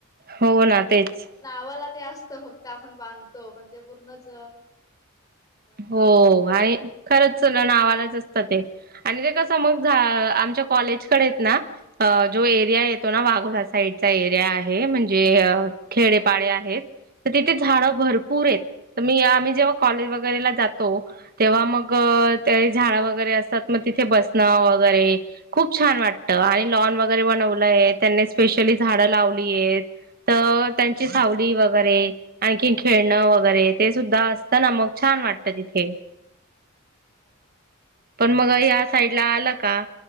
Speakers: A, on the right (about 45°); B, on the left (about 15°).
A: हो, ना. तेच.
B: नावाला ते असत. फक्त आपण बांधतो. पण ते पूर्णच त्या
A: हो,
B: त्रासच
A: आहे.
B: होतो
A: खरंच. नावालाच असत ते. आणि ते कस मग झा आमच्या कॉलेज कडेयत ना अ जो एरिया येत तो ना, वाघोला साईडचा एरिया आहे. म्हणजे अ खेडेपाडे आहेत. तर तिथे झाडं भरपूरयत. तर मी, आम्ही जेव्हा कॉलेज वगैरेला जातो तेव्हा मग, ते झाडं वगैरे असतात. मग तिथे बसणं वगैरे खूप छान वाटतं. आणि लॉन वगैरे बनवलंय. त्यांनी स्पेशली झाडं लावलीयेत. तर त्यांची सावली वगैरे. आणखीन खेळणं वगैरे. ते सुद्धा असतं ना. मग छान वाटतं तिथे.
B: हा ना
A: पण मग या साईडला आलं का?